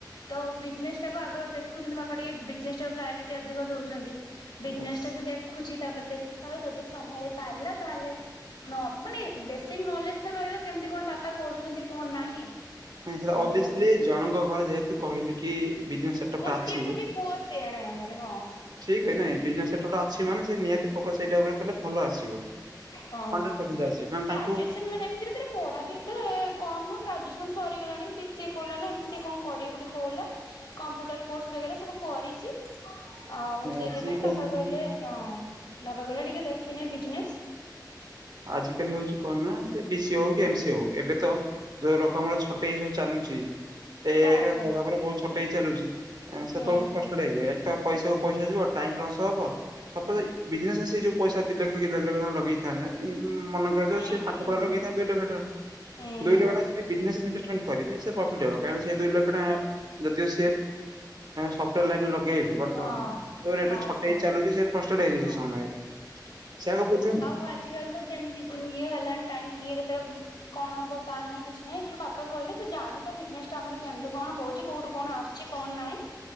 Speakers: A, on the left; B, on the right.
A: ତ ବିଜନେସ ଟାକୁ ଆଗ ଦେଖୁଛନ୍ତି, ବାପା ଟିକେ ବିଜନେସ ଟ ପ୍ରାୟୋରିଟି ଅଧିକ ଦଉଛନ୍ତି, ବିଜନେସ
B: ବାସ୍
A: ଟା ସେ ଦେଖୁଛି ତାପରେ ଦେଖି ସାର ଯଦି ସମ୍ଭାଳି ପାରିଲା ତାହେଲେ ନ ମାନେ ବ ସେଇ ନଲେଜ ତ ରହିବ କେମିତି କଣ ବାପା କରୁଛନ୍ତି କଣ ନାହିଁ?
B: ନ ସେଟା
A: ଆଉ
B: ଅଭିସଲି ଜଣଙ୍କ ଘରେ ଯେହେତୁ କହିଲି କି ସେଟପ୍
A: ଗୋଟିଏ
B: ଟା ଅଛି
A: ବୋଲି ପୁଅ ସେଆଣେ ଆମର ହଁ
B: ଠିକ ନାଇଁନେ ସେଟପ୍ ଟା ସେମାନେ ସେ ନିହାତି ଫୋକସ ସେଇଟା ଉପରେ କଲେ ଭଲ ଆସିବ।
A: ହଁ
B: ହଣ୍ଡ୍ରେଡ ପରସେଣ୍ଟ ଆସିବ କାରଣ
A: ଗ୍ରାଜୁଏସନ
B: ତାଙ୍କୁ
A: ମାନେ ଏମିତି ଭିତରେ ପଢା ବି ତ କମ ନ ଗ୍ରାଯୁ ସଗଲାଣିି ବି ସି ଏ ଏମ୍ ସିଏ କଣ କରିବ ବୋଲି କହିଲା କମ୍ପୁଟର ସ୍ ବ ସବୁ କରିଛି ଆଉ ସେଥିପାଇଁ
B: ଆଜିକାଲି
A: ବାବା କହିଲେ ହଁ ବାବା କହିଲ ଟିକେ ଦେଖିନି ବିଜନେସ।
B: ଆଜ କାଲି ହଉଛି କଣ ନା ସେ ବି ସି ହଉ, କି ଏମ ସି ହଉ, ଏବେ ତ ଯୋଉ ରକମ ଛଟେଇ ହାଉଛି ଚାଲୁଛି ଏଆଇ
A: ବାସ
B: ର ପ୍ରଭାବରେ ବହୁତ ଛୋଟ ହେଇ ଚାଲୁଛି, ସେତେବେ
A: ହୁଁ
B: ଫଷ୍ଟଡ ହେଇଯାଏ ତ ପଇସାକୁ ପଇସା ଯିବ ଟାଇମ ଲସ୍ ହବ ସପୋଜ, ବିଜନେସ ସେ ଯୋଉଇସା ଦି ଲକ୍ଷ କି ଦେଢ଼ ଲକ୍ଷଙ୍କ ଲଗେଇଥାନ୍ତେ ମନେ କରାଯାଉ
A: ହୁଁ
B: ସେ
A: ହୁଁ
B: ପାଠ ପଢା
A: ହୁଁ
B: ଲଗେଇଥାନ୍ତି, ଦୁଇ ଲକ୍ଷ ଟଙ୍କା
A: ହୁଁ
B: ଦୁଇ ଲକ୍ଷ ଟଙ୍କା ଯଦି ଇନି ପ୍ରଫିଟ୍ ହବ କ ସେ ଦୁଇ ଲକ୍ଷ ଟଙ୍କା ଯଦି ସି ସଫ୍ଟାର ଲାଇନରେ ଲଗେଇ ବତମାନ
A: ହଁ
B: ଯୋଉ ରେଟ
A: ବାସ୍
B: ଛୋଟ
A: ବାସ୍
B: ହେଇ ଚାଲୁଛି, ସେ ଫଷ୍ଟ ହେଇ
A: ହଁ
B: ସେ ସମୟରେ ସେଆକୁ ବୁଝନ୍ତୁ
A: ଆଜି କାଲି ତୋ ଯେମିତିି ହେଲାନି କି କେତେଟା କଣ ହବ କା ନାଁ କିଛି ନାହିଁ ବାପା କହିଲେ ତୁ ଜାଣିଜନେ ଟା ଆମର କେମତି କଣ ହଉଛି କୁଉଠୁ କଣ ଆସିଛି କଣ ନାହିଁ